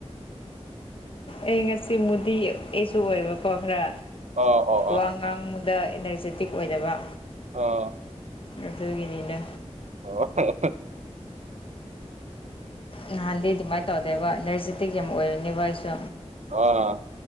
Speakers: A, on the left; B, on the right.
A: ꯑꯩ ꯉꯁꯤ ꯃꯨꯗꯤ ꯑꯩꯁꯨ ꯑꯣꯏꯕꯀꯣ ꯈꯔ
B: ꯑꯣ ꯑꯣ ꯑꯣ
A: ꯋꯥꯡ ꯉꯥꯡꯃꯗ ꯏꯅꯔꯖꯦꯇꯤꯛ ꯑꯣꯏꯗꯕ
B: ꯑ
A: ꯑꯗꯨꯒꯤꯅꯤꯗ
B: ꯑꯣ <unintelligible>
A: ꯅꯍꯥꯟꯗꯤ ꯑꯗꯨꯃꯥꯏ ꯇꯧꯗꯦꯕ ꯅꯔꯖꯦꯇꯤꯛ ꯌꯥꯝ ꯑꯣꯏꯕꯅꯦꯕ ꯑꯩꯁꯨ
B: ꯑꯣ